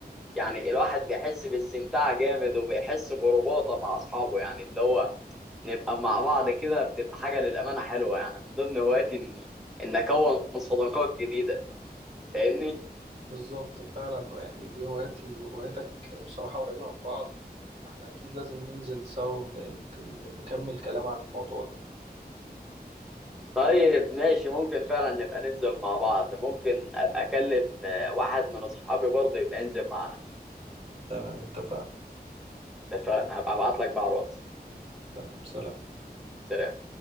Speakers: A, in the centre; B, on the right (about 35°).
A: يعني الواحد بيحس باستمتاع جامد وبيحس برباطه مع اصحابه يعني اللي هو نبقى مع بعض كده بتبقى حاجه للامانه حلوه يعني من ضمن هواياتي ان ان اكون صداقات جديده فاهمني
B: بالظبط فعلا يعني دي هواياتي وهواياتك بصراحة قريبة من بعض احنا أكيد لازم ننزل سوا ونكمل كلام عن الموضوع ده
A: طيب ماشي ممكن فعلا نبقى ننزل مع بعض ممكن ابقى اكلم آه، واحد من اصحابي برضه يبقى ينزل معانا
B: تمام اتفقنا
A: اتفقنا هبقى ابعت لك بقى على الواتس
B: تمام سلام
A: سلام